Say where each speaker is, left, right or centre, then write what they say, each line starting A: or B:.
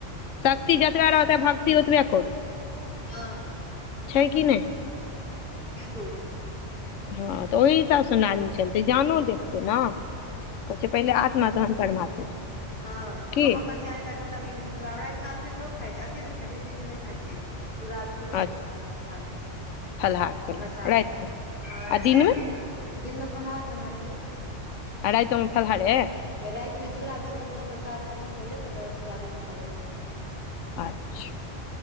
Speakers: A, on the left; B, on the left.
A: शक्ति जतबे रहतै भक्ति ओतबे करू
B: हँ
A: छै कि नहि
B: बिलकुल
A: हँ तऽ ओहहि हिसाबसँ ने आदमी चलतै जानो देखतै ने कहै छै पहिले आत्मा तहन परमात्मा
B: हँ तऽ
A: की
B: हम अपन चाय ताय सभटा पीबै छी रायत मे हम असीध खाइ छै असीध खाइ छै सीध नहि खाइ छै चूरा दूध
A: अच्छा
B: अपन खा लै छै
A: फलाहार केलहुँ
B: बरसाद
A: रातिमे
B: ह
A: आ दिनमे
B: दिन में फहलार तलहार के लौ
A: आ राइतो मे फलहारे
B: रातिमे चूड़ा दूध खेलहुँ प्रसाद खेलहुँ पहिले तकर बाद चूड़ा दूध खा लेलहुँ
A: अच्छा